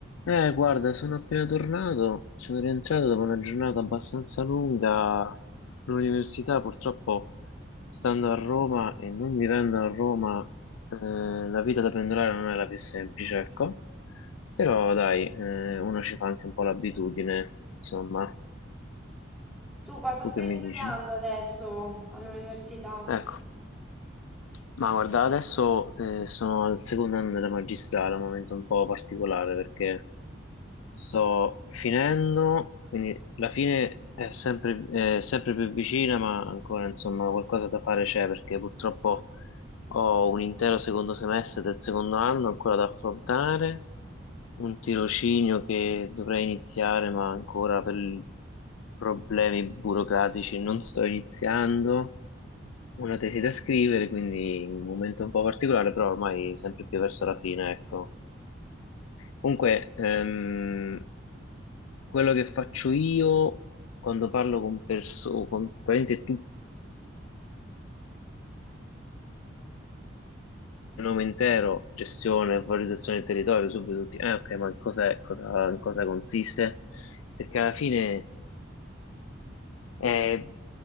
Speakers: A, on the left; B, in the centre.
A: Eh, guarda, sono appena tornato, sono rientrato dopo una giornata abbastanza lunga all'università, purtroppo stando a Roma e non vivendo a Roma, eh, la vita da pendolare non è la più semplice, ecco, però dai, eh, uno ci fa anche un po' l'abitudine, insomma,
B: Tu cosa
A: tu
B: stai
A: che mi
B: studiando
A: dici?
B: adesso all'università?
A: Ecco, ma guarda, adesso eh, sono al secondo anno della magistrale, un momento un po' particolare perché... Sto finendo, quindi la fine è sempre, è sempre più vicina, ma ancora insomma qualcosa da fare c'è perché purtroppo ho un intero secondo semestre del secondo anno ancora da affrontare, un tirocinio che dovrei iniziare, ma ancora per problemi burocratici non sto iniziando una tesi da scrivere, quindi un momento un po' particolare, però ormai sempre più verso la fine, ecco. Comunque, ehm, quello che faccio io quando parlo con persone, con praticamente tutto il nome intero, gestione, valorizzazione del territorio, subito tutti, eh ok, ma cos'è, cosa, in cosa consiste? Perché alla fine... Eh,